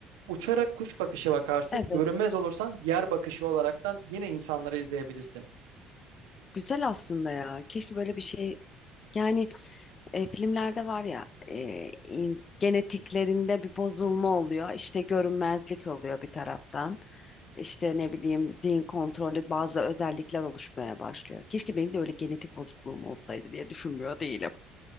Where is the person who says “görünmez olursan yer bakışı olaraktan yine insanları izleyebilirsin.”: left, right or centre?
Right